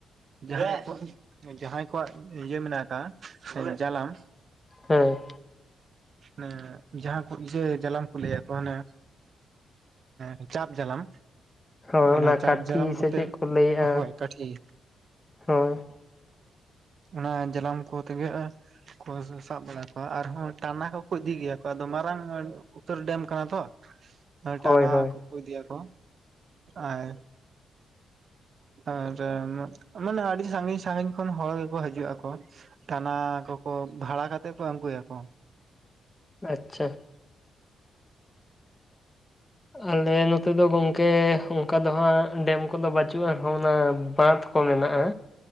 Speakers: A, on the right; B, on the left.
A: ᱡᱟᱦᱟᱸ ᱠᱚᱣᱟᱜ ᱡᱟᱦᱟᱭ ᱠᱚᱣᱟᱜ ᱤᱭᱟᱹ ᱢᱮᱱᱟᱜ ᱠᱟᱼᱟ <unintelligible> ᱡᱟᱞᱟᱢ᱾
B: ᱦᱳᱭ᱾
A: ᱚᱱᱮ ᱡᱟᱦᱟᱸ ᱠᱚ ᱤᱭᱟᱹ ᱡᱟᱞᱟᱢ ᱠᱚ ᱞᱟᱹᱭᱟ ᱠᱚ ᱦᱟᱱᱮ ᱦᱮ ᱪᱟᱯ ᱡᱟᱞᱟᱢ,
B: ᱦᱳᱭ
A: ᱚᱱᱟ ᱪᱟᱯ
B: ᱠᱟᱴᱷᱤ
A: ᱡᱟᱞᱟᱢ
B: ᱥᱮ
A: ᱠᱚᱛᱮ
B: ᱪᱮᱫ ᱠᱚ ᱞᱟᱹᱭᱮᱜᱼᱟ,
A: ᱦᱳᱭ ᱠᱟᱹᱴᱷᱤ
B: ᱦᱳᱭ᱾
A: ᱚᱱᱟ ᱡᱟᱞᱟᱢ ᱠᱚ ᱛᱮᱜᱮ ᱟᱨ ᱠᱚ ᱥᱟ-ᱥᱟᱵ ᱵᱟᱲᱟ ᱠᱚᱣᱟ ᱟᱨᱦᱚᱸ ᱴᱟᱱᱟ ᱠᱚᱠᱚ ᱤᱫᱤ ᱜᱮᱭᱟ ᱠᱚ ᱟᱫᱚ ᱢᱟᱨᱟᱝ ᱩᱛᱟᱨ ᱰᱮᱢ ᱠᱟᱱᱟ ᱛᱚ, ᱟ-ᱴᱟᱱᱟ
B: ᱦᱳᱭ ᱦᱳᱭ
A: ᱠᱚᱠᱩ ᱤᱫᱤᱭᱟ ᱠᱚ ᱟᱨ ᱟᱨ ᱮᱢ ᱢᱟᱱᱮ ᱟᱹᱰᱤ ᱥᱟᱺᱜᱤᱧ ᱥᱟᱺᱜᱤᱧ ᱠᱷᱚᱱ ᱦᱚᱭ ᱜᱮᱠᱚ ᱦᱤᱡᱩᱜ ᱟᱠᱚ, ᱴᱟᱱᱟ ᱠᱚᱠᱚ ᱵᱷᱟᱲᱟ ᱠᱟᱛᱮ ᱠᱚ ᱟᱜᱩᱭᱟ ᱠᱚ᱾
B: ᱟᱪᱪᱷᱟ᱾ ᱟᱞᱮ ᱱᱚᱛᱮ ᱫᱚ ᱜᱚᱝᱠᱮ ᱚᱱᱠᱟ ᱫᱚ ᱦᱟᱸᱜ ᱰᱮᱢ ᱠᱚᱫᱚ ᱵᱟᱹᱪᱩᱜᱼᱟ ᱦᱚᱸᱼᱱᱟ ᱵᱟᱸᱫᱷ ᱠᱚ ᱢᱮᱱᱟᱜᱼᱟ,